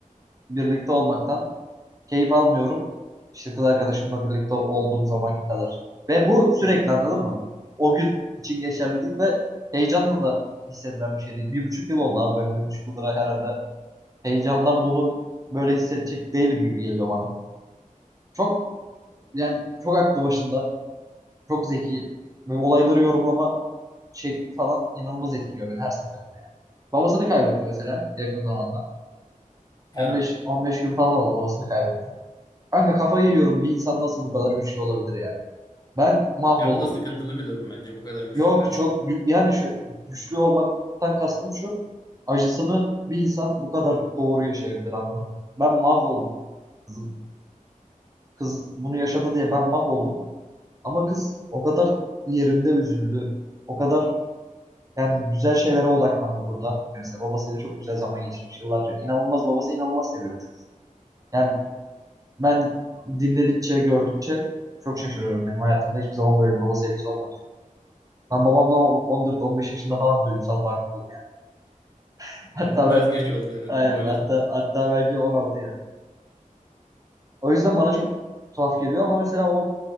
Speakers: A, on the right; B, on the left.
A: birlikte olmaktan keyif almıyorum. İşte kız arkadaşımla birlikte olduğum zamanki kadar. Ve bu sürekli
B: Bu,
A: anladın mı? O gün için geçerli değil ve heyecanla da hissedilen bir şey değil. Bir buçuk yıl oldu abi ben bir buçuk yıldır herhalde heyecandan bunu böyle hissedecek değilim gibi geliyor bana. Çok yani çok aklı başında Çok zeki. Ve olayları yorumlama şekli falan inanılmaz etkiliyor beni her seferinde yani. Babasını kaybetti mesela yakın zamanda.
B: ha.
A: 15 15 gün falan oldu babasını kaybetti. Kanka kafayı yiyorum bir insan nasıl bu kadar güçlü olabilir yani. Ben mahvoldum.
B: Ya bu da sıkıntılı bir durum bence bu kadar güçlü
A: Yok
B: karşılamak.
A: çok gü- yani şu güçlü olmaktan kastım şu. Acısını bir insan bu kadar doğru yaşayabilir anladın mı? Ben mahvoldum. Kız, kız bunu yaşadı diye ben mahvoldum. Ama kız o kadar yerinde üzüldü. O kadar Yani güzel şeylere odaklandı burada. Mesela babasıyla çok güzel zaman geçirmiş yıllarca. İnanılmaz babası inanılmaz seviyormuş. Yani ben dinledikçe, gördükçe çok şaşırıyorum. Benim hayatımda hiçbir zaman böyle bir baba sevgisi olmadı. Ben babamla 14-15 yaşında falan duygusal bağ kurdum. <laughs> Hatta
B: Bizim
A: ben,
B: biraz geç oldu evet
A: aynen,
B: babayla.
A: hatta, hatta belki 16 yani. O yüzden bana çok tuhaf geliyor ama mesela o